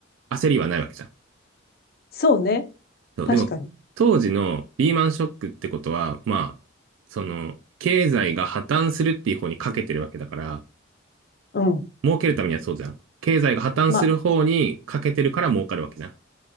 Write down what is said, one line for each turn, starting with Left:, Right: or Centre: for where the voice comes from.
Right: 焦りはないわけじゃん。
Left: そうね。
Right: そう、
Left: 確かに。
Right: でも、当時のリーマンショックってことは、まあ、その、経済が破綻するっていう方にかけてるわけだから、
Left: うん。
Right: 儲けるためにはそうじゃん。経済が破綻する方にかけてるから儲かるわけじゃん。
Left: まあ、